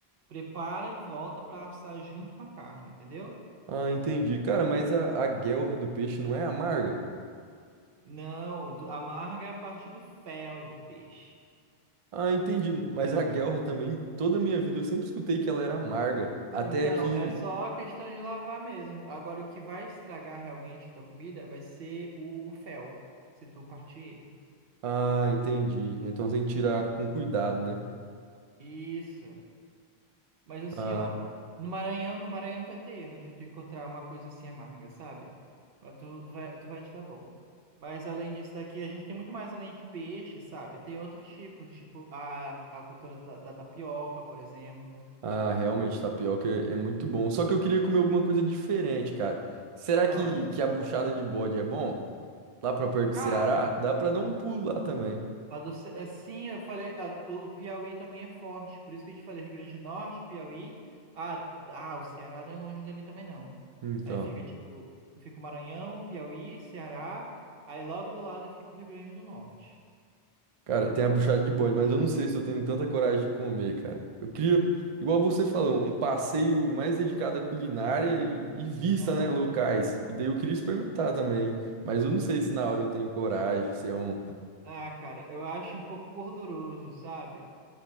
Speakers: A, on the right; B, on the right.
A: prepara e volta para assar junto com a carne, entendeu?
B: ah, entendi. Cara, mas a, a guelra do peixe não é amarga?
A: Não, do- a amarga é a parte do fel do peixe.
B: Ah, entendi. Mas a guelra também, toda a minha vida eu sempre escutei que ela era amarga. Até
A: Então,
B: que.
A: é só questão de lavar mesmo. Agora, o que vai estragar realmente tua comida vai ser o, o fel, se tu partir ele.
B: Ah, entendi. Então tem que tirar com cuidado, né?
A: Isso. Mas assim,
B: Ah.
A: ó, no Maranhão, no Maranhão não vai ter erro de tu encontrar uma coisa assim amarga, sabe? Mas Tu vai, tu vai te dar bom. Mas além disso daqui, a gente tem muito mais além de peixe, sabe? Tem outros tipos, tipo a, a cultura da, da tapioca, por exemplo.
B: Ah, realmente, tapioca é é muito bom. Só que eu queria comer alguma coisa diferente, cara. Será
A: Ah,
B: que, que a buchada de bode é bom? Lá pra perto
A: cara,
B: do Ceará? Dá pra dar um pulo lá também.
A: A do, Ce- é, sim, eu falei, a- o Piauí também é forte, por isso que eu te falei, Rio Grande do Norte, Piauí. Ah, ah, o Ceará não é longe dali também não.
B: Então,
A: Aí fica tipo, fica o Maranhão, Piauí, Ceará, aí logo do lado fica o Rio Grande do Norte.
B: cara, tem a buchada de bode, mas eu não sei se eu tenho tanta coragem de comer, cara. Eu queria, igual você falou, um passeio mais dedicado à culinária e, e vista,
A: Ah,
B: né, locais. E daí eu queria experimentar também, mas eu não sei se na hora eu tenho coragem, se é um...
A: ah, cara, eu acho um pouco gorduroso, sabe?